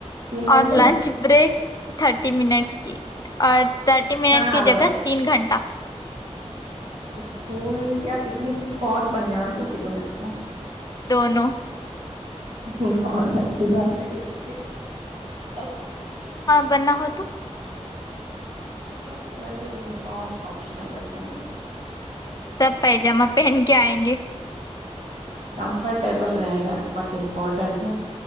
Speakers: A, on the right; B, on the left.
A: تین
B: اور
A: گھنٹے
B: لنچ بریک تھرٹی منٹس کی آ تھرٹی منٹ
A: ہاں ہاں
B: کی
A: بولو
B: جگہ تین گھنٹہ
A: اسکول یا پکنک اسپاٹ بنناا دو کہ تم اس کو
B: دونوں
A: ہ <inaudible>
B: بنا ہو تو
A: سب سے پہلے یونیفارم آپشنل رکھوں گی
B: سب پائجامہ پہن کے آئیں گے
A: کمفرٹیبل رہے گا بٹ امپورٹینٹ ہے